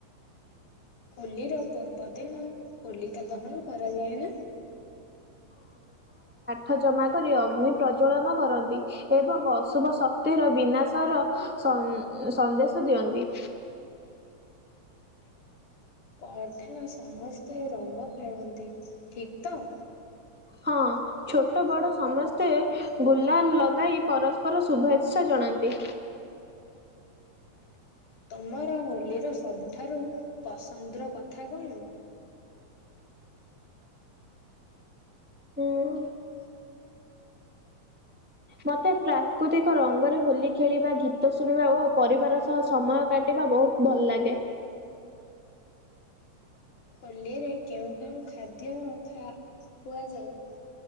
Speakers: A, on the left (about 85°); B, in the centre.
A: ହୋଲିର ପୂର୍ବ ଦିନ ହୋଲିକା ଦହନ କରାଯାଏ ନା।
B: ଫଜନା କରି ଅଗ୍ନି ପ୍ରଜ୍ଵଳନ କରନ୍ତି ଏବଂ ଅଶୁଭ ଶକ୍ତିର ବିନାଶର। ସନ ସନ୍ଦେଶ ଦିଅନ୍ତି।
A: ପରଦିନ ସମସ୍ତେ ରଙ୍ଗ ଖେଳନ୍ତି ଠିକ ତ।
B: ହଁ ଛୋଟ ବଡ ସମସ୍ତେ ଗୁଲାଲ ଲଗାଇ ପରସ୍ପର ଶୁଭେଚ୍ଛା। ଜଣାନ୍ତି।
A: ତମର। ହୋଲି ର ସବୁଠାରୁ ପସନ୍ଦ ର କଥା କଣ।
B: ହୁଁ। ମତେ ପ୍ରାକୃତିକ ରଙ୍ଗରେ ହୋଲି ଖେଳିବା ଗୀତ ଶୁଣିବା ଓ ପରିବାର ସହ ସମୟ କାଟି ବା ବହୁତ ଭଲ ଲାଗେ।
A: ହଲିରେ କେଉଁ କେଉଁ ଖାଦ୍ୟ ଖା ଖୁଆ ଯାଏ।